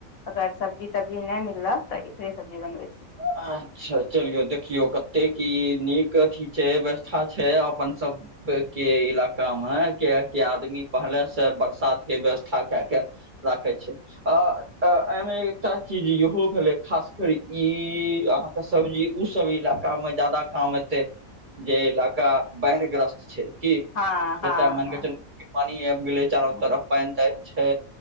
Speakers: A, on the left; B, on the right.
A: अगर सब्जी-तब्जी नहि मिललऽ तऽ एकरे सब्जी बनबै छै
B: अच्छा चलियौ, देखियौ कतेक ई नीक अथी छै, व्यवस्था छै अपन सब के इलाकामे कि आदमी पहले से बरसात के व्यवस्था कऽ के राखै छै आ एहिमे एकटा चीज इहो भेलै खास कर ई अहाँ के सब्जी उ सब इलाकामे ज्यादा काम एतै जे इलाका बाढ़ि ग्रस्त छै। की,
A: हँ
B: जतय
A: हँ
B: मानिके
A: हँ
B: चलु ओ पानि आइब गेलै चारू
A: हँ
B: तरफ पानि-तानि छै